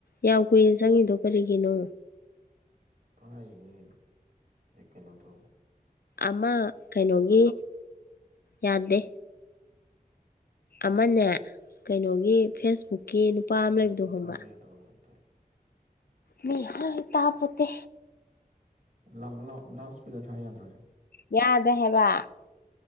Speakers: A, on the left; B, on the right.
A: ꯌꯥꯝ ꯀꯨꯏꯅ ꯆꯪꯉꯤꯗꯣ ꯀꯔꯤꯒꯤꯅꯣ
B: ꯍꯥꯏꯔꯤꯅꯤ ꯑꯦ ꯀꯩꯅꯣꯗꯣ
A: ꯑꯃ ꯀꯩꯅꯣꯒꯤ ꯌꯥꯗꯦ ꯑꯃꯅꯦ ꯀꯩꯅꯣꯒꯤ ꯐꯦꯁꯕꯨꯛꯀꯤ ꯅꯨꯄꯥ ꯑꯃ
B: ꯂꯥꯎꯠꯁꯨ
A: ꯂꯩꯕꯗꯣ ꯍꯣꯡꯕ
B: ꯊꯥꯕ ꯌꯥꯗꯕ ꯀꯩꯅꯣꯝ ꯇꯧꯋꯦ
A: ꯃꯤ ꯍꯥꯏ ꯇꯥꯄꯣꯠꯇꯦ
B: ꯂꯥꯥꯎ ꯂꯥꯎ ꯂꯥꯎꯁꯄꯤꯀ꯭ꯔ ꯊꯥ ꯌꯥꯗ꯭ꯔꯣ ꯁꯦ
A: ꯌꯥꯗꯦ ꯍꯥꯏꯕ